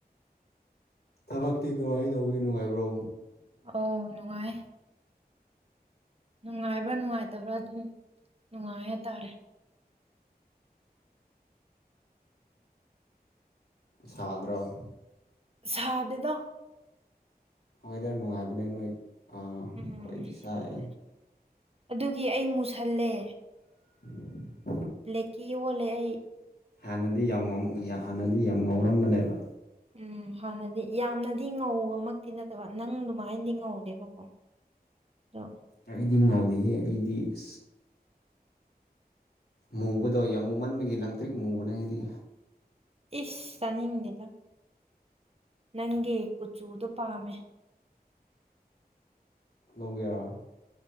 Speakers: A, on the left (about 75°); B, on the right (about 35°).
A: ꯊꯕꯛꯇꯤ ꯀꯍ ꯇꯧꯒꯦ ꯅꯨꯡꯉꯥꯏꯕ꯭ꯔꯣ
B: ꯑꯥꯎ ꯅꯨꯡꯉꯥꯏ ꯅꯨꯡꯉꯥꯏꯕ꯭ꯔꯥ ꯅꯨꯡꯉꯥꯏꯇꯕ꯭ꯔꯥ ꯑꯗꯨꯝ ꯅꯨꯡꯉꯥꯏ ꯍꯥꯏꯇꯥꯔꯦ
A: ꯁꯥꯗ꯭ꯔꯣ
B: ꯁꯥꯗꯗ
A: ꯋꯦꯗꯔ ꯅꯨꯡꯉꯥꯏꯕꯅꯦ ꯅꯣꯏ ꯑꯩꯈꯣꯏꯗꯤ
B: ꯎꯝ
A: ꯁꯥꯏ
B: ꯅꯨꯡꯉꯥꯏ ꯑꯗꯨꯒꯤ ꯑꯩ ꯃꯨꯁꯜꯂꯦ
A: <inaudible>
B: ꯂꯩꯀꯤ ꯑꯣꯜꯂꯦ ꯑꯩ
A: ꯍꯥꯟꯅꯗꯤ ꯌꯥꯝ ꯍꯥꯟꯅꯗꯤ ꯌꯥꯝ ꯉꯧꯔꯝꯕꯅꯦꯕ
B: ꯎꯝ ꯍꯥꯟꯅꯗꯤ ꯌꯥꯝꯅꯗꯤ ꯉꯧꯕꯃꯛꯇꯤ ꯅꯠꯇꯕ ꯅꯪ ꯑꯗꯨꯃꯥꯏꯅꯗꯤ ꯉꯧꯗꯦꯕꯀꯣ ꯑ
A: ꯑꯩꯗꯤ ꯉꯥꯎꯗꯍꯦ ꯑꯩꯗꯤ ꯑ ꯃꯨꯕꯗꯣ ꯌꯥꯝ ꯃꯨꯃꯟꯕꯒꯤ ꯂꯪꯇ꯭ꯔꯤꯛ ꯃꯨꯕꯅ ꯍꯥꯏꯗꯤ
B: ꯏꯁ ꯆꯥꯅꯤꯡꯗꯦꯗ ꯅꯪꯒꯤ ꯀꯨꯆꯨꯗꯨꯣ ꯄꯥꯝꯃꯦ
A: ꯂꯧꯒꯦꯔꯥ